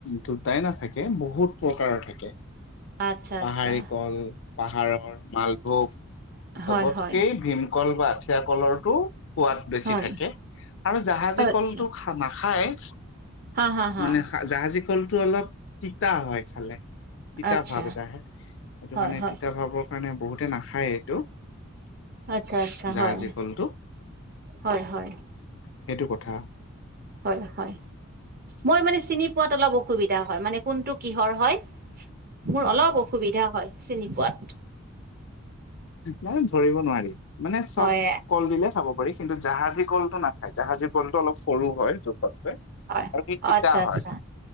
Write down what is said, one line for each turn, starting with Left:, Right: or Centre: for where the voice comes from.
Left: দুটাই নাথাকে বহুত প্ৰকাৰৰ থাকে।
Right: আচ্ছা
Left: পাহাৰী
Right: আচ্ছা
Left: কল পাহাৰৰ, মালভোগ চবতকে
Right: হয় হয়
Left: ভীমকল বা আঠিয়া কলৰটো সোৱাদ বেছি
Right: হয়
Left: থাকে, আৰু জাহাজী
Right: আচ্ছা
Left: কলটো খা নাখায়।
Right: হা হা হা
Left: মানে জাহাজী কলটো অলপ তিতা হয় খালে তিতা
Right: আচ্ছা
Left: ভাৱ আহে সেইটো
Right: হয়
Left: কাৰণে
Right: হয়
Left: তিয়া ভাৱক কাৰণে বহুতে নাখায় এইটো
Right: আচ্ছা আচ্ছা
Left: জাহজী
Right: হয়
Left: কলটো।
Right: হয়, হয়,
Left: সেইটো কথা
Right: হয়, হয়। মই মানে চিনি পোৱাত অলপ অসুবিধা হয়, মানে কোনটো কিহৰ হয়। মোৰ অলপ অসুবিধা হয় চিনি পোৱাত।
Left: মানে ধৰিব নোৱাৰি মানে চব
Right: হয়
Left: কল দিলে খাব পাৰি। কিন্তু জাহাজী কলটো নাখায়, জাহাজী কলটো অলপ সৰু হয় জোখতকৈ।
Right: হয়
Left: আৰু সি তিতা
Right: আচ্ছা,
Left: হয়
Right: আচ্ছা